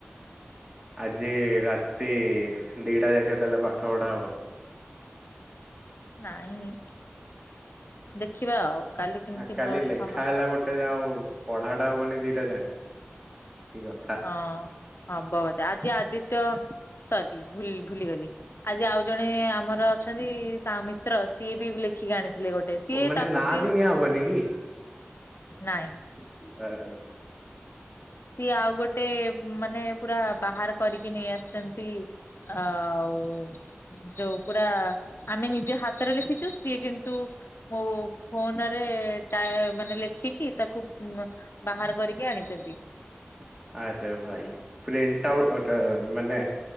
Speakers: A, on the right; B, on the left.
A: ଆଜି ରାତି ଦିଟା ଯାକେ ତାହେଲେ ପାଠ ପଢା ହବ।
B: ନାଇଁ ଦେଖିବା ଆଉ। କାଲି କେମିତି
A: ହଁ କାଲି
B: ପ୍ର
A: ଲେଖା
B: ସମ
A: ହେଲା ଗୋଟେ ଯାଏ ଆଉ ପଢାଟା ହବନି ଦିଟା ଯାଏ କି କଥା।
B: ହଁ ହବ ବଧେ ଆଜି ଆଦିତ୍ୟ ସରି ଭ ଭୁଲିଗଲି। ଆଜି ଆଉ ଜଣେ ଆମର ଅଛନ୍ତି ସାଉମିତ୍ର ସିଏ ବି ଲେଖିକି ଆଣିଥିଲେ ଗୋଟେ। ସିଏ
A: ଓ ମାନେ
B: ତାକୁ
A: ନାଁ
B: ପ୍ରିଣ୍ଟ
A: ବି ନିଆଁ ହବନି କି।
B: ନାଇଁ।
A: <inaudible>
B: ସିଏ ଆଉ ଗୋଟେ ମାନେ ପୁରା ବାହାର କରିକି ନେଇ ଆସିଛନ୍ତି। ଆଉ। ଯୋଉ ପୁରା ଆମେ ନିଜେ ହାତରେ ଲେଖିଛୁ ସିଏ କିନ୍ତୁ। ମୋ ଫୋନରେ ଟାଏ ମାନେ ଲେଖିକି ତାକୁ। ବାହାର କରିକି ଆଣିଛନ୍ତି।
A: ଆଯାୟୋ ଭାଇ ପ୍ରିଣ୍ଟ ଆଉଟ୍ ମାନେ